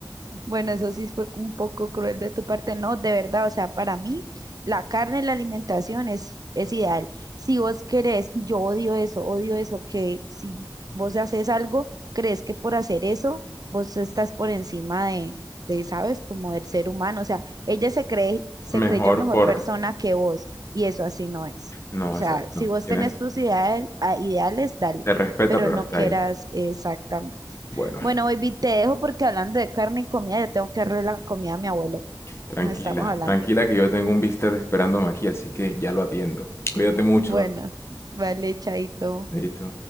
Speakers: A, on the right (about 55°); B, on the left (about 35°).
A: Bueno, eso sí fue un poco cruel de tu parte, no, de verdad, o sea, para mí la carne, la alimentación es, es ideal. Si vos querés, y yo odio eso, odio eso, que si vos haces algo, crees que por hacer eso, vos estás por encima de, de, ¿sabes? Como del ser humano, o sea, ella se cree, se
B: Mejor
A: creyó mejor
B: por...
A: persona que vos, y eso así no es.
B: No,
A: O sea,
B: exacto.
A: si vos
B: Tienes...
A: tenés tus ideal- a- ideales, dale,
B: Te respeta,
A: pero
B: pero
A: no
B: está
A: quieras
B: ahí.
A: exactamente.
B: Bueno,
A: Bueno, baby, te dejo porque hablando de carne y comida, yo tengo que darle la comida a mi abuelo.
B: tranquila,
A: Nos estamos hablando.
B: tranquila que yo tengo un bistec esperándome aquí, así que ya lo atiendo. Cuídate mucho,
A: Bueno, vale, chaito.
B: Chaito.